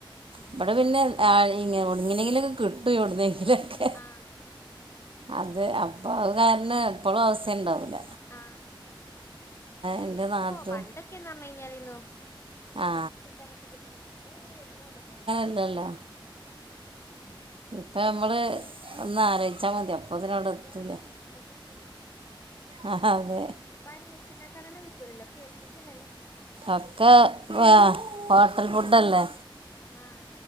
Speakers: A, on the right; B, on the left.
A: ഇവ്ടെ പിന്നെ ആ ഇ എവുടെന്നെങ്ങനെങ്കിലൊക്കെ കിട്ടും. എവിട്ന്നേങ്കിലൊക്കെ.
B: ആ.
A: അത് അപ്പോ അത് കാരണം എപ്പോഴും ആവുസ്യംഉണ്ടാവൂല.
B: ആ.
A: എൻ്റെ
B: പിന്നെ
A: നാത്തൂൻ
B: ഇപ്പോ പണ്ടൊക്കെന്ന് പറഞ്ഞ് കഴിഞ്ഞാലേയ്ന്നു.
A: ആ
B: കിട്ടാനൊക്കെ ബുദ്ധിമുട്ട്. ഇപ്പോ എന്നും അതന്നെല്ലേ.
A: ഇല്ലല്ലാ. ഇപ്പ നമ്മള് ഒന്ന് ആലോച്ച്ചാ മതി. അപ്പതന്നെ ഇവ്ടെ എത്തൂലേ.
B: ആഹ് അപ്പക്കിനും
A: ആ അതെ.
B: ഇപ്പൊ ആരും വെച്ണ്ടാകാൻ തന്നെ നിക്കണില്ല, എൽപ്പിക്കല്ലല്ലേ.
A: ഒക്ക, വാ ഹോട്ടൽ ഫുഡല്ലേ?
B: ആഹ്,